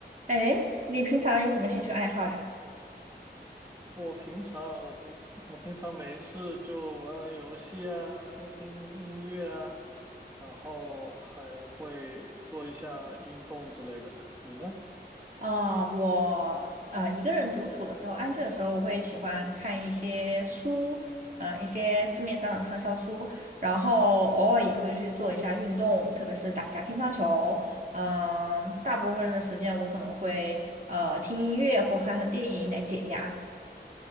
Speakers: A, on the right; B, on the right.
A: 哎，你平常有什么兴趣爱好呀？
B: 我平常我平我平常没事就玩玩游戏啊，听听音乐啊，然后还会做一下运动之类的。你呢？
A: 啊、我啊、一个人独处的时候，安静的时候，我会喜欢看一些书，嗯、一些市面上的畅销书，然后偶尔也会去做一下运动，特别是打一下乒乓球。嗯、大部分的时间我可能会呃听音乐或看看电影来解压。